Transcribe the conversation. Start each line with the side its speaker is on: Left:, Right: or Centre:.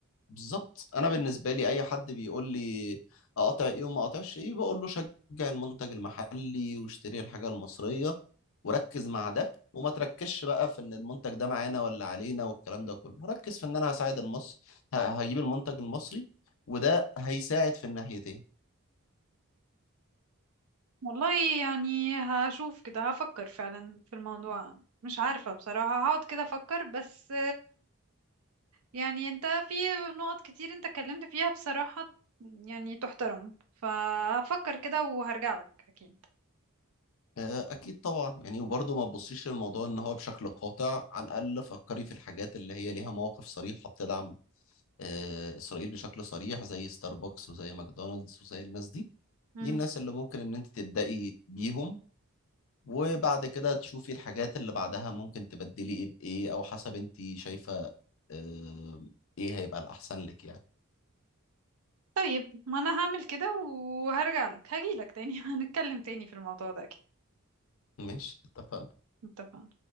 Left: بالظبط انا بالنسبه لي اي حد بيقول لي اقطع ايه وما اقطعش ايه بقول له شجع المنتج المحلي واشتري الحاجه المصريه وركز مع ده وما تركزش بقى في ان المنتج ده معانا ولا علينا والكلام ده كله ركز في ان انا هساعد المصري هجيب المنتج المصري وده
Right: مم.
Left: هيساعد في الناحيتين
Right: والله يعني هشوف كده هفكر فعلا في الموضوع مش عارفة بصراحة هقعد كده أفكر بس يعني انت في نقط كتير انت اتكلمت فيها بصراحة يعني تحترم فهفكر كده وهرجع لك اكيد
Left: آه، اكيد طبعا يعني وبرضه ما تبصيش للموضوع ان هو بشكل قاطع على الاقل فكري في الحاجات اللي هي ليها مواقف صريحه بتدعم آه، اسرائيل بشكل صريح زي ستاربكس وزي ماكدونالدز وزي الناس دي
Right: مم.
Left: دي الناس اللي ممكن ان انت تبدأي بيهم وبعد كده تشوفي الحاجات اللي بعدها ممكن تبدلي ايه بايه او حسب انت شايفة آه، ايه هيبقى الاحسن لك يعني
Right: طيب ما انا هعمل كده وهرجع لك هجي لك تاني <laughs> هنتكلم تاني في الموضوع ده اكيد
Left: ماشي اتفقنا
Right: اتفقنا